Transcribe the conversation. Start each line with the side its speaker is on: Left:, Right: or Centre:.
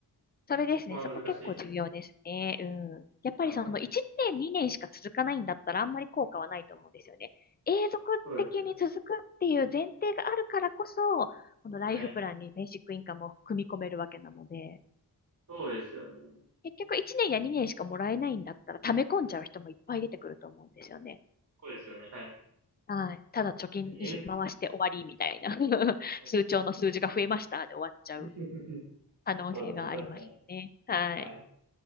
Left: それですね。
Right: そこは難しいですよね。
Left: そこ結構重要ですね。うん。やっぱりその1年、
Right: はい。
Left: 2年しか続かないんだったらあんまり効果はないと思うんですよね。永続的に続くっていう前提があるからこそ、
Right: そうですね。
Left: このライフプランにベーシックインカムを組み込めるわけなので、
Right: はい。そうですよね。
Left: 結局1年や2年しかもらえないんだったら溜め込んじゃう人もいっぱい出てくると思うんですよね。
Right: そうですよね。はい。
Left: はい。ただ貯金にし回して終わりみたいな
Right: 確かに、え
Left: <laughs>
Right: そう
Left: 通帳の数字が増えましたで終わっちゃう
Right: <laughs>
Left: 可能性がありますね。
Right: そうですね。確かに。
Left: はい。
Right: はい。